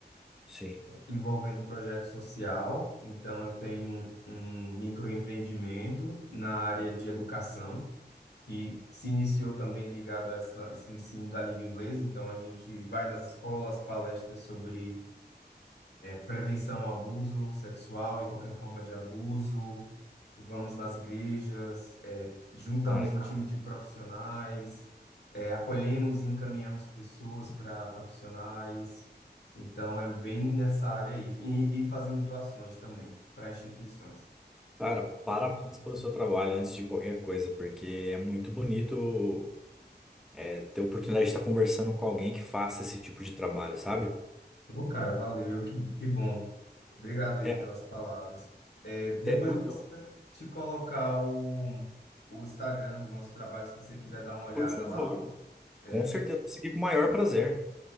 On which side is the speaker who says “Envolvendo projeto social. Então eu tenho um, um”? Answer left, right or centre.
Left